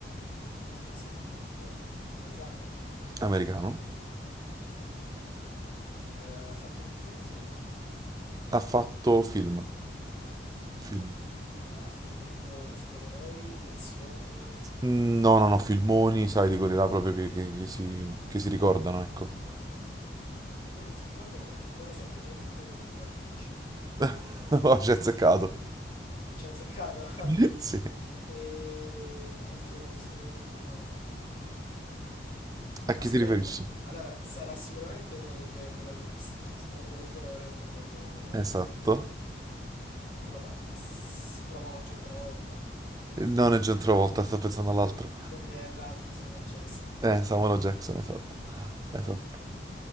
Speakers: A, on the left; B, on the right.
A: Ok, sempre un attore. Americano?
B: americano.
A: Ok. Eh, Ha fatto più film o serie TV?
B: Ha fatto film. Film.
A: Ok. Ma film tipo di supereroi, di azione?
B: Mm, No, no, no, filmoni, sai, di quelli là proprio che, che- che si, che si ricordano, ecco.
A: Filmone che si ricordano? me ne- Non lo so, me ne viene in mente uno tipo Pulp Fiction.
B: <laughs> Ho ci hai azzeccato.
A: Ci ha azzeccato? <laughs>
B: <laughs> Sì.
A: E... Oddio, non mi sto ricordando il nome.
B: A chi
A: Aspetta,
B: ti riferisci?
A: allora sarà sicuramente uno dei due protagonisti, s- o quello di colore o quello...
B: Esatto.
A: Allora, s- provo con John Travolta,
B: Non è John Travolta, sto pensando all'altro.
A: quindi è l'altro Samuel Jackson.
B: Eh, Samuel L. Jackson, esatto. Esatto.
A: Ok.